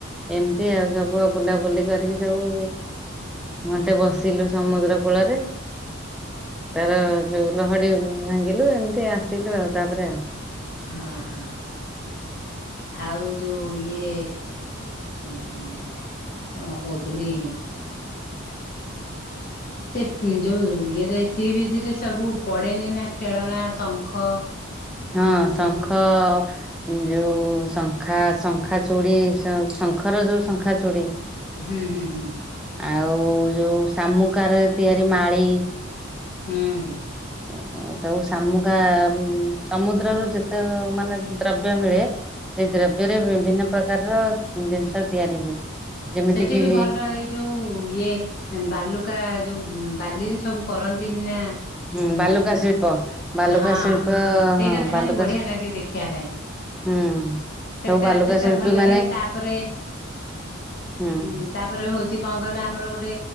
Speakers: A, in the centre; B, on the left.
A: ଏମତି ଆଉ ସବୁ ଆ ବୁଲାବୁଲି କରିକି ସବୁ ଘଣ୍ଟେ ବସିଲୁ ସମୁଗ୍ର କୂଳରେ। ତାର ଯୋଉ ଲହଡି ଭାଙ୍ଗିଲୁ ଏମିତି ଆସିଲୁ ଆଉ ତାପରେ ଆଉ।
B: ହଁ ହଁ। ଆଉ ଯୋଉ ଇଏ ଏ କଣ କହୁଥିଲି ସେ ପି ଯୋଉ ଇଏରେ ସି ବିଚରେ ସବୁ ପଡେନି ନା ଖେଳନା ଶଙ୍ଖ
A: ହଁ
B: ଅ
A: ଶଙ୍ଖ
B: ଯୋଉ
A: ଯୋଉ ଶଙ୍ଖା ଶଙ୍ଖା ଚୁଡ଼ି ଶ ଶଙ୍ଖର ଯୋଉ ଶଙ୍ଖା ଚୁଡ଼ି।
B: ହୁଁ ହୁଁ ହୁ।
A: ଆଉ ଯୋଉ ଶାମୁକାରେ ତିଆରି ମାଳି
B: ହୁଁ।
A: ଓ ସବୁ ଶାମୁକା ସମୁଦ୍ରରୁ ଯେତେ ମାନେ ଦ୍ରବ୍ୟ ମିଳେ ସେଇ ଦ୍ରବ୍ୟରେ ବିଭିନ୍ନ ପ୍ରକାରର ଜିନିଷ ତିଆରି ହୁଏ। ଯେମିତି
B: ସେଠି
A: କିି
B: ବି ଭଲ ଏଇ ଯୋଉ ଇଏ ବାଲୁକା ଯୋଉ ବାଲିରେ ସବୁ କରନ୍ତିନି ନା ଅ
A: ହୁଁ ବାଲୁକା ଶିଳ୍ପ ବାଲୁକା
B: ହଁ
A: ଶିଳ୍ପ
B: ସେଇଟା
A: ହଁ
B: ଭାରି
A: ବାଲୁକା
B: ବଢିଆ ଲାଗେ ଦେଖିବା ପାଇଁ।
A: ହୁଁ
B: ସେଟା
A: ସବୁ ବାଲୁକା
B: ସେଟା
A: ଶିଳ୍ପୀ
B: ଭଲ ଲାଗେ
A: ମାନେ
B: ତାପରେ
A: ହୁଁ
B: ଉଁ ତାପରେ ହଉଚି କଣ କହିଲ ଆମର ଗୋଟେ